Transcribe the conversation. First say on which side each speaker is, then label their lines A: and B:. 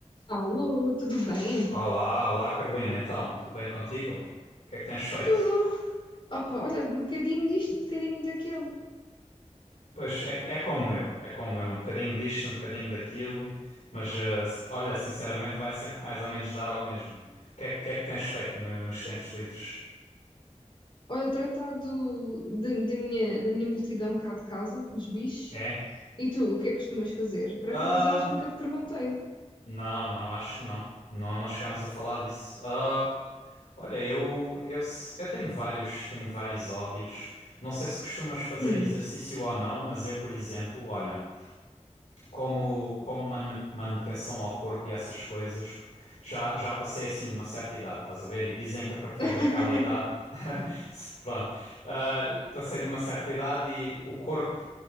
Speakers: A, on the left (about 45°); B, on the left (about 80°).
A: Alô, tudo bem?
B: Olá, olá Carolina, então, tudo bem contigo? O que é que tens feito?
A: Tudo. Opa, olha, um bocadinho disto, um bocadinho daquilo.
B: Pois é, é como eu, é como eu, um bocadinho disto, um bocadinho daquilo, mas eh, s- olha, sinceramente vai sempre mais ou menos dar ao mesmo. O que é, que que é que tens feito no- nos tempos livres?
A: Olha, tratar do, da, da minha, da minha multidão cá de casa, dos bichos.
B: É?
A: E tu, o que é que costumas fazer? Por
B: Ah,
A: acaso, acho que nunca te perguntei.
B: não, não, acho que não. Não, não chegámos a falar disso. Ah, olha, eu, eu, s- eu tenho vários, tenho vários hobbies. Não sei se costumas fazer
A: Hum.
B: exercício ou não, mas eu, por exemplo, olha. como, como manu- manutenção ao corpo e essas coisas, porque já, já passei assim numa certa idade, estás a ver? E dizem que a partir
A: <laughs>
B: daquela idade, <laughs> se- pronto, ah, passei de uma certa idade e o corpo